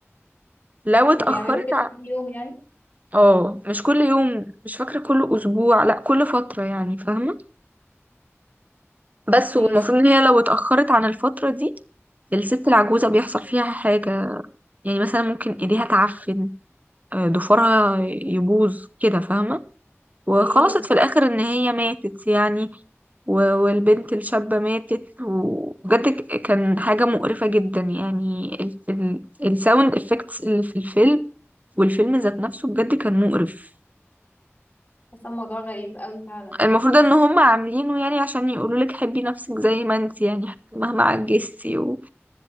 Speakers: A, on the right (about 35°); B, on the left (about 40°).
A: لو اتأخرت
B: وبيعملوا كده
A: ع...
B: كل يوم يعني
A: اه مش كل يوم مش فاكرة كل أسبوع لا كل فترة يعني فاهمة بس
B: ماشي
A: والمفروض إن هي لو اتأخرت عن الفترة دي الست العجوزة بيحصل فيها حاجة يعني مثلا ممكن ايديها تعفن آه، ضفرها يبوظ كده فاهمة وخلصت
B: اوكي
A: في الآخر إن هي ماتت يعني و- والبنت الشابة ماتت وبجد ك- كان حاجة مقرفة جدا يعني ال- ال- الساوند افكتس اللي في الفيلم والفيلم ذات نفسه بجد كان مقرف
B: حاسة الموضوع غريب أوي فعلا
A: المفروض ان هم عاملينه يعني عشان يقولوا لك حبي نفسك زي ما انت يعني مهما عجزتي و...